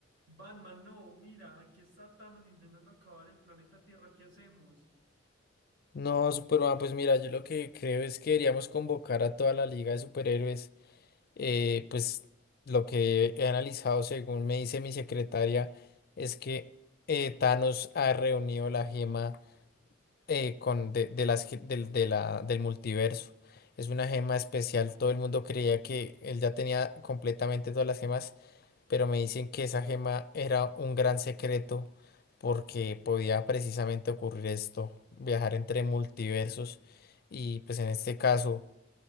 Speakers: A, on the right (about 65°); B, on the left (about 50°).
A: Batman, no, mira, aquí está Thanos intentando acabar el planeta Tierra, ¿qué hacemos?
B: No, Superman, pues mira, yo lo que creo es que deberíamos convocar a toda la Liga de Superhéroes. eh, pues lo que he analizado, según me dice mi secretaria, es que eh, Thanos ha reunido la gema eh, con de, de las, ge- del de la, del multiverso. Es una gema especial, todo el mundo creía que él ya tenía completamente todas las gemas, pero me dicen que esa gema era un gran secreto porque podía precisamente ocurrir esto, viajar entre multiversos y pues en este caso